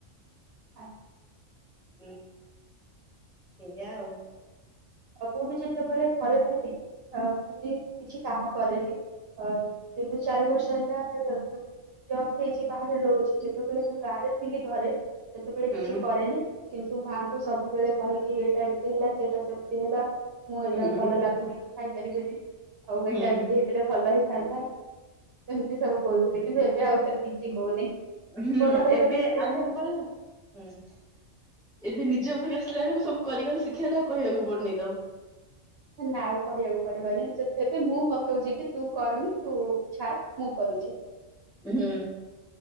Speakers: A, on the right; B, in the centre.
A: ଆ,
B: ହୁଁ। ଏୟା ଆଉ।
A: ମୁଁ ବି ଯେତେବେଳେ ଘରେ ଥିଲି ଅ ମୁଁ ବି କିଛି କାମ କରେନି। ଆ ତିନି ଚାରି ବର୍ଷ ହେଲା <unintelligible> ଜବ ହେଇଛି ବାହାରେ ରହୁ ଯେ ଯେତେବେଳେ ମୁଁ ଗାଁ ରେ ଥିଲି ଘରେ ସେତେବେଳେ
B: ହୁଁ
A: କିଛି କରେନି। କିନ୍ତୁ ମାଙ୍କୁ ସବୁବେଳେ କହେ କିଏ। ଏମିତି ହେଲା। ସେଇଟା ସେମ ସେତ ହେଲା ମୁଁ ଏଇଟା
B: ହୁଁ
A: ଭଲ ଲାଗୁନି ଖାଇ ପାରିବେନି। ଆଉ
B: ହୁଁ
A: ଏଇଟା ଏମିତି ହେଇଥିଲେ ଭଲ ହେଇ ହେଇଥାନ୍ତା ସେମିତି ସବୁ କହୁଥିଲେ କିନ୍ତୁ ଏବେ ଆଉ ସେମିତି କିଛି କହୁନି।
B: ହୁଁ
A: ବଡ ହେଇଗଲି
B: ଏବେ
A: ଧୀରେ
B: ଆଗ
A: ଧୀରେ
B: ମୁ ପ ହୁଁ ଏବେ ନିଜ ଉପରେ ଆସିଲା ବେଳକୁ ସବୁ କରିଗଲେ ଶିଖିଗଲା ଆଉ କହିବାକୁ ପଡୁନି ତ।
A: ନା ଆଉ କହିବାକୁ ପଡିବନି ସେଥିବେ ମୁଁ ପତଉଛି କି ତୁ କରନି ତୁ ଛାଡେ ମୁଁ କରୁଛି।
B: ହୁଁ